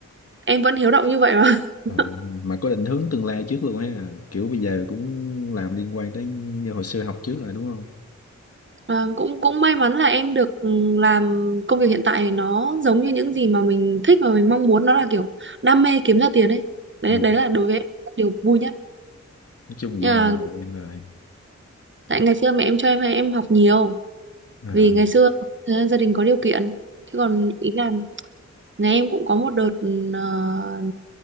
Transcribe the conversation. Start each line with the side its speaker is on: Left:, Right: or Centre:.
Right: em vẫn hiếu động như vậy mà <laughs>
Left: ờ, mà có định hướng tương lai trước luôn ha. Kiểu bây giờ cũng làm liên quan tới như hồi xưa học trước rồi đúng không?
Right: Ờ, cũng cũng may mắn là em được ừ, làm công việc hiện tại nó giống như những gì mà mình thích và mình mong muốn nó là kiểu đam mê kiếm ra tiền ấy đấy
Left: Ừ,
Right: đấy là đối với em điều vui nhất
Left: nói chung vậy
Right: nhưng
Left: là
Right: mà
Left: em rồi.
Right: tại ngày xưa mẹ em cho em hay em học nhiều
Left: À,
Right: vì ngày xưa ờ, gia đình có điều kiện chứ còn ý là nhà em cũng có một đợt ừ, ờ,